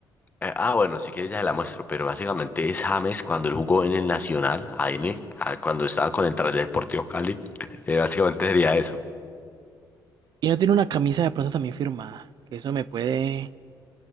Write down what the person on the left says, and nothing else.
eh, ah, bueno, si quieres ya se la muestro, pero básicamente es James cuando él jugó en el Nacional, ahí en el- ah, cuando estaba con el Deportivo Cali. <laughs> eh, básicamente sería eso.